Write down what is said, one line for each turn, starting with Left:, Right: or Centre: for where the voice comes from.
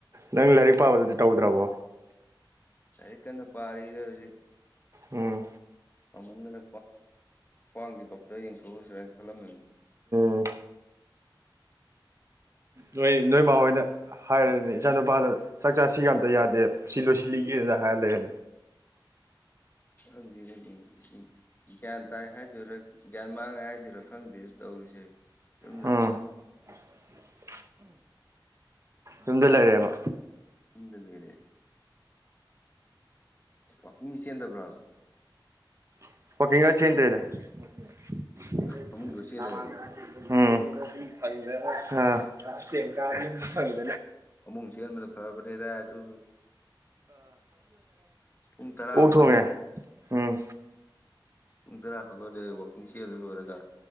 Right: ꯅꯪ ꯂꯥꯏꯔꯤꯛ ꯄꯥꯕꯗꯨꯗꯤ ꯇꯧꯗ꯭ꯔꯕꯣ
Left: ꯁ ꯀꯅ ꯄꯔꯗꯗꯤ
Right: ꯎꯝ
Left: ꯃꯃꯟꯗꯅ ꯈ꯭ꯋꯥꯡꯒꯤ ꯗꯣꯛꯇꯔ ꯌꯦꯡꯊꯣꯛꯂꯨꯁꯤꯔ ꯍꯥꯏꯅ ꯈꯜꯂꯝꯃꯤꯕꯅꯤ
Right: ꯑꯗꯨ ꯅꯣꯏ ꯅꯣꯏ ꯏꯃ ꯍꯣꯏꯅ ꯍꯥꯏꯔꯅꯦ ꯏꯆꯥ ꯅꯨꯄꯥꯗꯣ ꯆꯥꯛ ꯆꯥ ꯁꯤ ꯀ ꯑꯇ ꯌꯥꯗꯦꯕ ꯁꯤ ꯂꯣꯏꯁꯤꯜꯂꯤꯒꯦ ꯂ ꯍꯥꯏ ꯂꯩ
Left: ꯍ ꯑꯗꯨ ꯒ꯭ꯌꯥꯟ ꯇꯥꯏ ꯍꯥꯏꯗꯔꯥ ꯒ꯭ꯌꯥꯟ ꯃꯥꯡꯉꯦ ꯍꯥꯏꯗꯣꯏꯔꯥ ꯈꯪꯗꯦꯁꯨ ꯇꯧꯔꯤꯁꯦ ꯏꯗꯗ
Right: ꯎꯝ <unintelligible> ꯌꯗ ꯂꯩꯔꯦꯕ
Left: ꯌꯨꯝꯗ ꯂꯩꯣꯏꯔꯦ ꯋꯥꯀꯤꯡ ꯆꯦꯟꯗꯕ꯭ꯔꯣ
Right: ꯑꯣ ꯏꯒꯥꯥꯁꯤꯇ꯭ꯔꯔꯤꯗ
Left: ꯐꯃꯨꯡꯗꯣ
Right: ꯎꯝ
Left: ꯆꯦꯟ ꯂꯩꯔꯕ
Right: ꯐꯪꯗ ꯀꯥ
Left: ꯑꯃꯨꯛ ꯆꯦꯟꯕꯅ ꯐꯕꯅꯦꯗ ꯑꯗꯨ ꯄꯨꯡ ꯇꯔꯥ
Right: ꯑ ꯎ
Left: ꯍꯧꯒꯠꯂꯦ
Right: ꯊꯣꯡꯉꯦ ꯎꯝ
Left: ꯄꯨꯡ ꯇꯔꯥ ꯍꯧꯒꯠꯗꯤ ꯋꯥꯛꯀꯤꯡ ꯆꯦꯦꯜ ꯑꯗꯨ ꯂꯣꯏꯔꯒ